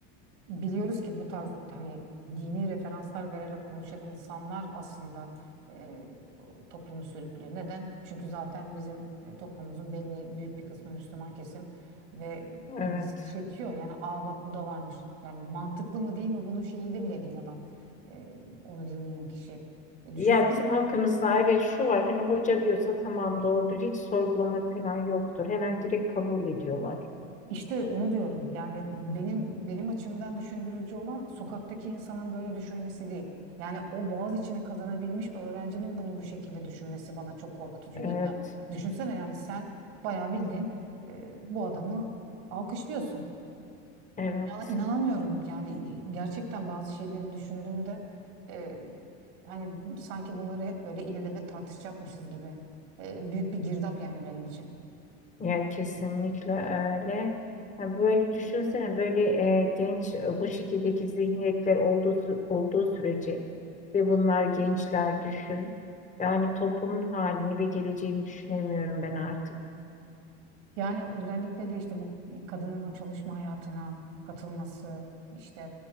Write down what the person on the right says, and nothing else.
biliyoruz ki bu tarz hani dini referanslar vererek konuşan insanlar aslında e, toplumu sürüklüyor. Neden? Çünkü zaten bizim e, toplumumuzun belli büyük bir kısmı Müslüman kesim ve
ilgisi çekiyor. Yani aa bak bu da varmış. Yani mantıklı mı değil mi bunun şeyinde bile değil adam. E, onu dinleyen kişi. E, düşünsene
İşte onu diyorum. Yani benim benim açımdan düşündürücü olan sokaktaki insanın böyle düşünmesi değil. Yani o Boğaziçi'ni kazanabilmiş öğrencinin bunu bu şekilde düşünmesi bana çok korkutucu
geliyor. Düşünsene yani sen bayağı bildiğin e, bu adamı alkışlıyorsun.
Ya inanamıyorum. Yani gerçekten bazı şeyleri düşündüğümde e, hani sanki bunları hep böyle ilelebet tartışacakmışız gibi. E, büyük bir girdap yani benim için.
Yani özellikle de işte bu kadının o çalışma hayatına katılması, işte